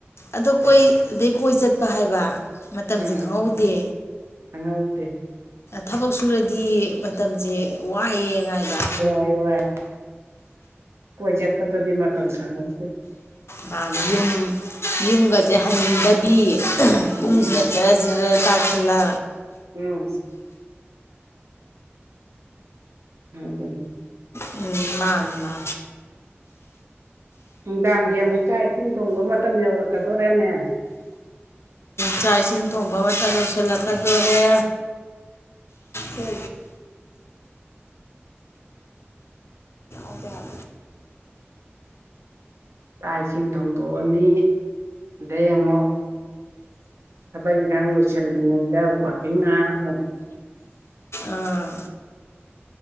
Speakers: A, on the left; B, on the right.
A: ꯑꯗꯣ ꯀꯣꯏ ꯑꯗꯩ ꯀꯣꯏ ꯆꯠꯄ ꯍꯥꯏꯕ ꯃꯇꯝꯁꯦ
B: ꯎꯝ
A: ꯈꯪꯍꯧꯗꯦ
B: ꯈꯪꯍꯧꯗꯦ
A: ꯊꯕꯛ ꯁꯨꯔꯗꯤ ꯃꯇꯝꯁꯦ ꯋꯥꯏꯑꯉꯥꯏꯗ
B: ꯏ ꯋꯥꯏ ꯀꯣꯏ ꯆꯠꯄꯗꯗꯤ ꯃꯇꯝ ꯈꯪꯍꯟꯗꯦ
A: ꯃꯥꯅ ꯌꯨꯝ ꯌꯨꯝꯒꯁꯦ ꯍꯟꯅꯤꯡꯗꯕꯤ
B: ꯎꯝ
A: ꯄꯨꯡꯁꯤꯟꯅꯖꯔ ꯖꯔ ꯇꯥ ꯊꯂꯥ
B: ꯎꯝ ꯍ ꯇ
A: ꯎꯝ ꯃꯥꯅꯤ ꯃꯥ
B: ꯅꯨꯡꯗꯥꯡꯒꯤ ꯑꯃꯨꯛ ꯆꯥꯛ ꯏꯁꯤꯡ ꯊꯣꯡꯕ ꯃꯇꯝ ꯌꯧꯔꯛꯀꯗꯣꯔꯦꯅꯦ
A: ꯆꯥꯛ ꯏꯁꯤꯡ ꯊꯣꯡꯕ ꯑꯃꯇ ꯌꯧꯁꯤꯜꯂꯛꯀꯗꯣꯔꯦ ꯎꯦ ꯍꯦ ꯑꯗ ꯍꯥꯏ
B: ꯆꯥꯛ ꯏꯁꯤꯡ ꯊꯣꯡꯗꯣꯛꯑꯅꯤ ꯑꯗꯩ ꯑꯃꯨꯛ ꯊꯕꯛ ꯏꯪꯈꯥꯡ ꯂꯣꯏꯁꯜꯜꯂꯤꯉꯩꯗ ꯋꯥꯈꯦꯡ ꯉꯍ
A: ꯑꯥ